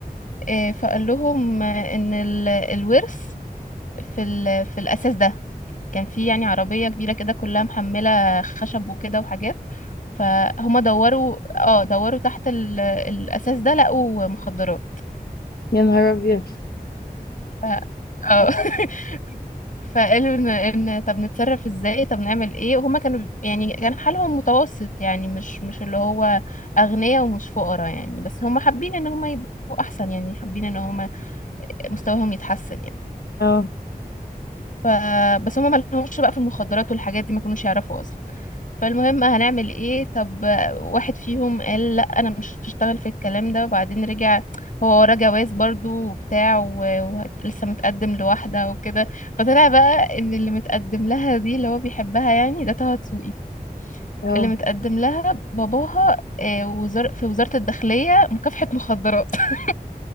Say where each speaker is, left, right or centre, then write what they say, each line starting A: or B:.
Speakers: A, on the left; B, on the left.
A: آه، فقال لهم آه، ان ال- الورث في ال... في الاساس ده كان في يعني عربية كبيرة كده كلها محملة خشب وكده وحاجات فهم دوروا اه دوروا تحت ال... الاساس ده لقوا مخدرات
B: يا نهار ابيض
A: ف... اه
B: اه
A: <laughs> فقالوا ان ان طب نتصرف ازاي طب نعمل ايه وهما كانوا يعني كان حالهم متوسط يعني مش مش اللي هو اغنياء ومش فقراء يعني بس هما حابين ان هما يبقوا احسن يعني حابين ان هما مستواهم يتحسن يعني
B: اه.
A: ف بس هما ما لهمش بقى في المخدرات والحاجات دي ما كانوش يعرفوا اصلا فالمهم هنعمل ايه طب واحد فيهم قال لا انا مش هشتغل في الكلام ده وبعدين رجع هو وراه جواز برضو وبتاع و- ولسه متقدم لواحدة وكده فطلع بقى ان اللي متقدم لها دي اللي هو بيحبها يعني ده طه دسوقي
B: اه
A: اللي متقدم لها باباها آه، وزار في وزارة الداخلية مكافحة مخدرات <laughs>